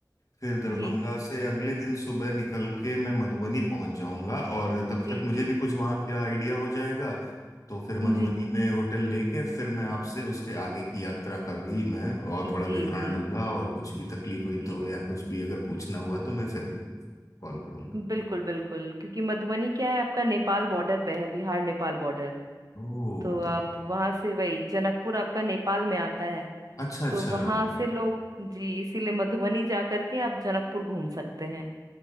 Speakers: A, on the left; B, on the right.
A: फिर दरभंगा
B: जी
A: से अगले दिन सुबह निकल के मैं मधुबनी पहुंच जाऊंगा और तब
B: जी
A: तक मुझे
B: जी
A: भी कुछ वहां का आइडिया हो जाएगा तो फिर मधुबनी
B: जी
A: में होटल लेके फिर मैं आपसे उसके आगे की यात्रा का भी मैं और थोड़ा
B: जी
A: विवरण
B: जी
A: लूंगा और कुछ भी तकलीफ हुई
B: जी
A: तो या कुछ भी अगर पूछना हुआ तो मैं फिर कॉल करूंगा
B: बिल्कुल बिल्कुल क्योंकि मधुबनी क्या है आपका नेपाल बॉर्डर पे है बिहार नेपाल बॉर्डर
A: ओह
B: तो
A: तब
B: आप वहां से वही जनकपुर आपका नेपाल में आता है
A: अच्छा अच्छा
B: तो वहां
A: ओके
B: से लोग जी इसीलिए मधुबनी जा करके आप जनकपुर घूम सकते हैं